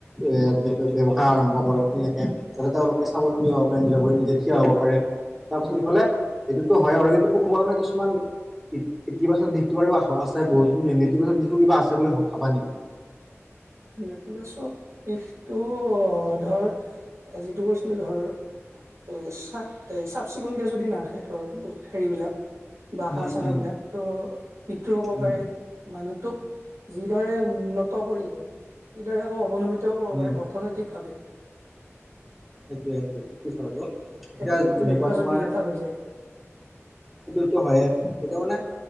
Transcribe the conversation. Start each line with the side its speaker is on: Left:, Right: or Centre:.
Centre: এ ব্যৱসায় আৰম্ভ কৰক তেনেকে যাতে তেওঁলোকে স্বাৱলম্বী হব পাৰে নিজৰ ভৰিত নিজে থিয় হ'ব পাৰে। তাৰপিছত ইফালে এইটোতো হয় আৰু সেইটো পশুপালনৰ কিছুমান ই ইতিবাচক দিশটো বাৰু আছে বহুতদিন ইতিবাচক দিশটো কিবা আছে বুলি ভাবা নেকি
Right: নেতিবাচক দিশটো ধৰ যিটো কৈছিলো ধৰ এ চা এ চাফ চিকুণকে যদি নাৰাখে ধৰ হেইবিলাক বাহা
Centre: উম
Right: চাহ
Centre: উম
Right: বিলাকতো মৃত্যুৰ হব
Centre: উম
Right: পাৰে মানুহটোক যিদৰে উন্নত কৰিলে ইদৰে আকৌ অৱনমিতও কৰিব
Centre: উম
Right: পাৰে অৰ্থনৈতিক ভাৱে
Centre: সেইটোৱে সেইটোৱে ঠিক কৈছা বাৰু
Right: সেইটোতো
Centre: এতিয়া যেনেকুৱা
Right: নেতিবাচক
Centre: তোমাৰ
Right: দিশ এটা হৈ যায়।
Centre: সেইটোতো হয়ে এতিয়া মানে।